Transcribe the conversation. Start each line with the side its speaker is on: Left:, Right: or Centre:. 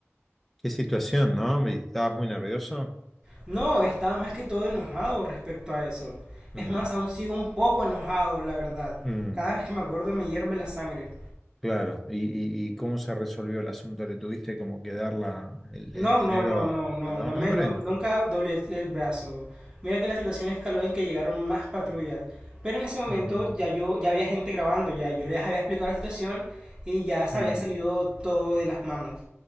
Centre: Qué situación, ¿no? ¿Y ¿Estabas muy nervioso?
Right: No, estaba más que todo enojado respecto a eso.
Centre: Mm,
Right: Es más, aún sigo un poco enojado, la verdad.
Centre: mm,
Right: Cada vez que me acuerdo me hierve la sangre.
Centre: claro. ¿Y, y, y cómo se resolvió el asunto? ¿Le tuviste como que dar la, el,
Right: No,
Centre: el dinero
Right: no, no, no,
Centre: a-
Right: no,
Centre: al
Right: no
Centre: hombre?
Right: me, no- nunca doblé el, el brazo. Mira que la situación escaló en que llegaron más patrullas. Pero en ese momento
Centre: Ujú,
Right: ya yo, ya había gente grabando, ya yo les había explicado la situación y ya se
Centre: mm.
Right: había salido todo de las manos.